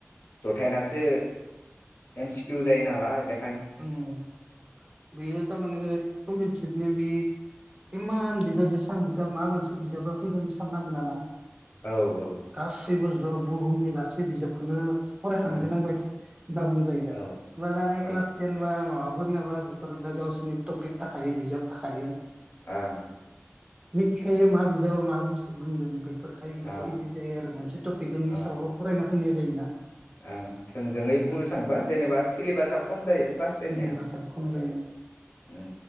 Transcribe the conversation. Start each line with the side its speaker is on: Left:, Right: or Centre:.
Left: जथायनासो एम सिकिउ जायो नालाय बे
Right: ओं बेयो थारमाने खमपेथिब नि बि इमान बिजाब जेसां बिजाब मा मोनसे बिजाबा फैगोन सानना मोनाना।
Left: औ औ
Right: गासैबो ज' बुहुमनि गासै बिजाबखौनो फरायखानो
Left: उम
Right: गोनां बायदि होनना बुंजायो दा हामब्ला
Left: औ
Right: दा नै
Left: औ
Right: क्लास हमबा माबाफोर नाबा बेफोरा गावसोरनि टपिक थाखायो बिजाब थाखायो
Left: आं
Right: मिथिखायो मा बिजाब मा बुस बुंदों फोरखाय इजे
Left: ओ
Right: इजे जायो आरो मोनसे टपिकनि
Left: ओ
Right: सायावल' फरायनांगौ‌ फैनाय जायोना
Left: ओं थोंजोङै
Right: ओमफ्राय
Left: बुंनो थांङोबा जेनेबा सिलेबासाआ खम जाय जायो क्लास
Right: सिलेबासा
Left: टेननिया
Right: खम जायो
Left: उम